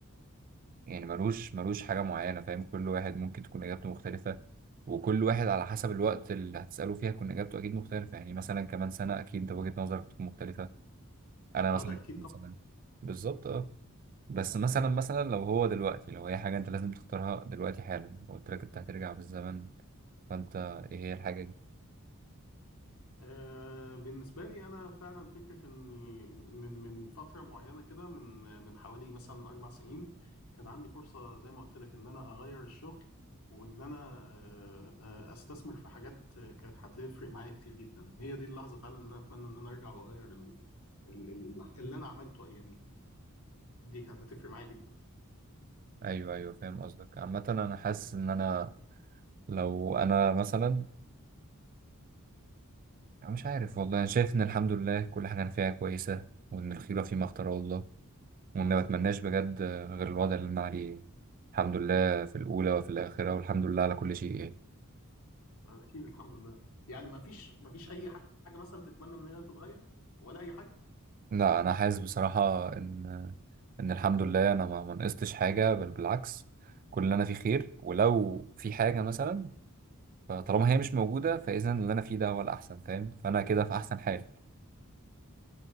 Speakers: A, on the right (about 40°); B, on the left (about 80°).
A: يعني ملوش ملوش حاجة معينة فاهم كل واحد ممكن تكون إجابته مختلفة وكل واحد على حسب الوقت اللي هتسأله فيها تكون إجابته أكيد مختلفة يعني مثلا كمان سنة أكيد أنت وجهة نظرك تكون مختلفة أنا مثلا
B: اه ده اكيد
A: كمان سنة بالظبط أه بس مثلا مثلا لو هو دلوقتي لو هي حاجة أنت لازم تختارها دلوقتي حالا قلت لك أنت هترجع بالزمن فأنت إيه هي الحاجة دي؟
B: آه، بالنسبة لي أنا فعلا فكرة إني من من فترة معينة كده من من حوالي مثلا أربع سنين كان عندي فرصة زي ما قلت لك إن أنا أغير الشغل وإن أنا آه، آه، أستثمر في حاجات آه، كانت هتفرق معايا كتير جدا هي دي اللحظة فعلا إن أنا أتمنى إن أنا أرجع وأغير ال- ال- ال- اللي أنا عملته أياميها دي كانت هتفرق معايا جدا
A: أيوه أيوه فاهم قصدك عامة أنا حاسس إن أنا لو أنا مثلا أنا مش عارف والله أنا شايف إن الحمد لله كل حاجة أنا فيها كويسة وإن الخيرة فيما اختاره الله وما بتمناش بجد غير الوضع اللي أنا عليه الحمد لله في الأولى وفي الآخرة والحمد لله على كل شيء يعني
B: أكيد الحمد لله يعني ما فيش ما فيش أي حاجة مثلا تتمنى إن هي تتغير ولا أي حاجة
A: لا أنا حاسس بصراحة إن إن الحمد لله أنا ما ما نقصتش حاجة بل بالعكس كل اللي أنا فيه خير ولو في حاجة مثلا فطالما هي مش موجودة فإذا اللي أنا فيه ده هو الأحسن فاهم فأنا كده في أحسن حال